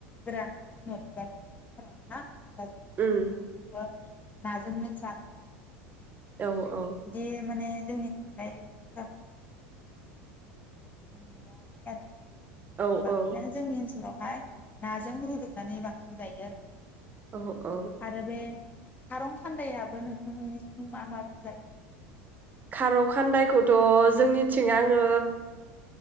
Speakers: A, on the left; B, on the right.
A: ग्रखौ जा <unintelligible> अब्ला जों बे
B: उम
A: बिबारखौबो नाजोंनो जानायखौ नुयो
B: औ औ
A: बिदि माने जोंनिथिंजाय भाजाफोर जानायखौ आं नुवाखै आरो
B: औ औ
A: बांसिनानो जोंनि ओनसोलाव माय नाजों रुदबनानै बांसिन जायो आरो
B: औ औ
A: आरो बे खारं खान्दायाबो नोंथांमोननिसिम मा माजों जायो
B: खारौ खान्दायखौथ' जोंनिथिं आङो